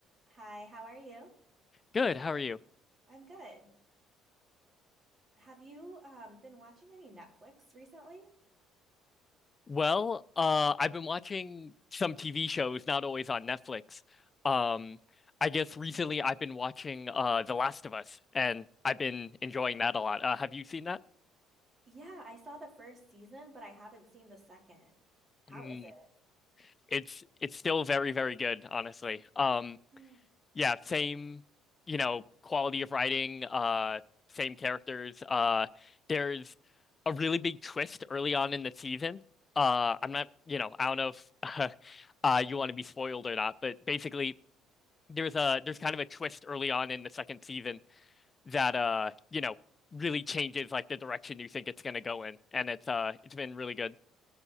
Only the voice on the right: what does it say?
Hi, how are you?
I'm good. Have you um been watching any Netflix recently?
Yeah, I saw the first season, but I haven't seen the second. How
is it?
Mm.